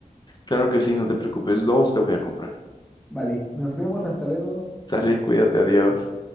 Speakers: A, on the left; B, in the centre.
A: Claro que sí, no te preocupes, dos te voy a comprar.
B: Vale, nos vemos, hasta luego.
A: Sale, cuídate, adiós.